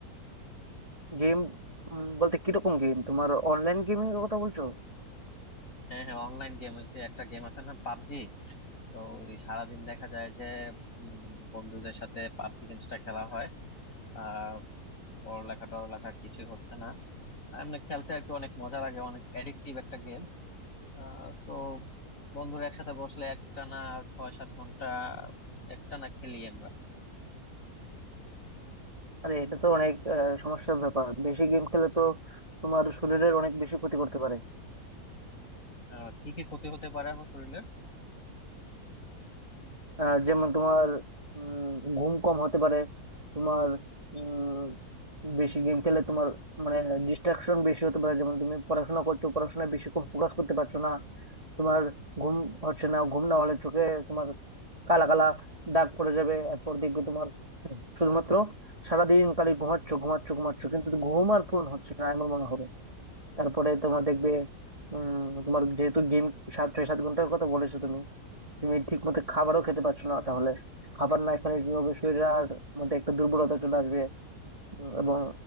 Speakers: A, on the right; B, on the left.
A: Game বলতে কিরকম game তোমার অনলাইন গেমিং এর কথা বলছো
B: হ্যাঁ হ্যাঁ অনলাইন গেম ওই যে একটা গেম আছে না পাবজি তো এই সারাদিন দেখা যায় যে উম, বন্ধুদের সাথে পাবজি গেমসটা খেলা হয় আর পড়ালেখা টড়ালেখা কিছুই হচ্ছে না এমনি খেলতে আর কি অনেক মজা লাগে অনেক অ্যাডিকটিভ একটা গেম আহ তো বন্ধুরা একসাথে বসলে একটানা ছয় সাত ঘন্টা একটানা খেলি আমরা
A: আরে এটা তো অনেক আহ, সমস্যার ব্যাপার বেশি গেম খেলে তো তোমার শরীরের অনেক বেশি ক্ষতি করতে পারে
B: আহ, কি কি ক্ষতি হতে পারে আমার শরীরের
A: আহ, যেমন তোমার উম, ঘুম কম হতে পারে তোমার উম, বেশি গেম খেলে তোমার মানে ডিস্ট্রাকশন বেশি হতে পারে যেমন তুমি পড়াশোনা করছো পড়াশোনায় বেশি কম ফোকাস করতে পারছো না তোমার ঘুম হচ্ছে না ঘুম না হলে চোখে তোমার কালা কালা দাগ পড়ে যাবে এরপর দেখবে তোমার শুধুমাত্র সারাদিন খালি ঘুমাচ্ছ ঘুমাচ্ছ ঘুমাচ্ছ কিন্তু ঘুম আর পূর্ণ হচ্ছে না এমন মনে হবে তারপরে তোমার দেখবে উম তোমার যেহেতু গেম সাত ছয় সাত ঘন্টার কথা বলেছো তুমি তুমি ঠিক মতো খাবারও খেতে পারছো না তাহলে খাবার না খেলে কি হবে শরীরের আর মধ্যে একটা দুর্বলতা চলে আসবে উম, এবং